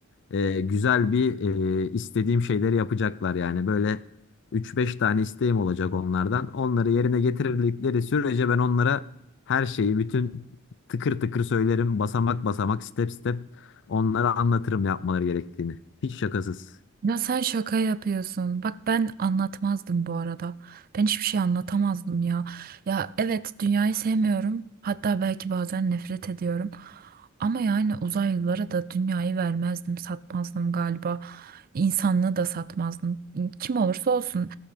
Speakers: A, on the left; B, on the right.
A: e, güzel bir e, istediğim şeyleri yapacaklar yani. Böyle üç beş tane isteğim olacak onlardan. Onları yerine getirdikleri sürece ben onlara her şeyi bütün tıkır tıkır söylerim. Basamak basamak step step onlara anlatırım yapmaları gerektiğini. Hiç şakasız.
B: Ya sen şaka yapıyorsun. Bak ben anlatmazdım bu arada. Ben hiçbir şey anlatamazdım ya. Ya evet dünyayı sevmiyorum. Hatta belki bazen nefret ediyorum. Ama yani uzaylılara da dünyayı vermezdim, satmazdım galiba. İnsanlığı da satmazdım. Kim olursa olsun.